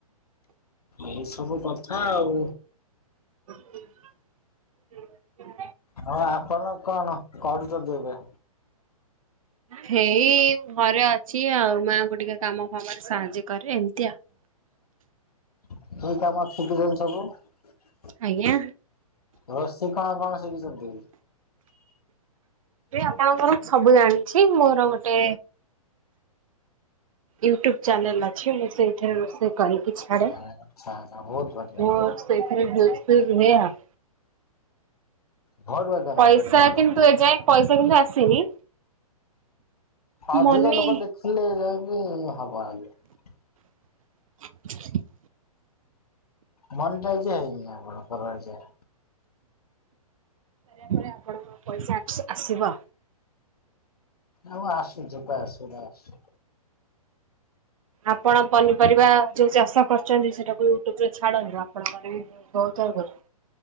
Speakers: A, on the left (about 85°); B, on the right (about 65°).
A: ଏଇ ସବୁ କଥା ଆଉ।
B: <inaudible>
A: ହଁ ଆପଣ କଣ କରୁଛନ୍ତି ଏବେ?
B: ହେଇ ଘରେ ଅଛି ଆଉ ମାଆଙ୍କୁ ଟିକେ କାମ କାମାରେ ସାହାଯ୍ୟ କରେ ଏମିତିଆଉ। <inaudible>
A: <unintelligible>
B: ଆଜ୍ଞା?
A: ରଷେଇ କଣ କଣ ଶିଖିଛନ୍ତି?
B: ଆପଣଙ୍କର ସବୁ ଜାଣିଛି ମୋର ଗୋଟେ ୟୁଟୁବ ଚାନେଲ ଅ ମୁଁ ସେଥିରେ ରୋଷେଇ କରିକି ଛାଡ଼େ।
A: ଆଚ୍ଛା ଆଚ୍ଛା ବହୁତ ବଢିଆ
B: କେବଳ ସେଇଥିରେ ବ୍ୟସ୍ତ ରୁହେ ଆଉ।
A: ବହୁତ ବଢିଆ ବହୁତ
B: ପଇସା
A: ବଢିଆ।
B: କିନ୍ତୁ ଏଯାଏ ପଇସା କିନ୍ତୁ ଆସିନି
A: ଅଧିକ
B: ମନି
A: ଲୋକ ଦେଖିଲେ ଯାଇକି ହବ ଆଜ୍ଞା।
B: <inaudible>
A: ମନିଟାଇଜ ହେଇନି ଆପଣଙ୍କର ଏଯାଏଁ।
B: ର ପରେ ଆପଣଙ୍କର ପଇସା ଆସିବ।
A: ଆଉ ଆସୁ ଯିବା ଆସୁ ବା ଆସ
B: ଆପଣ ପନିପରିବା ଯୋଉ ଚାଷ କରୁଛନ୍ତି, ସେଟାକୁ ୟୁଟ୍ୟୁବ ରେ ଛାଡନ୍ତୁ ଆପଣଙ୍କର ବି ବହୁତ <unintelligible>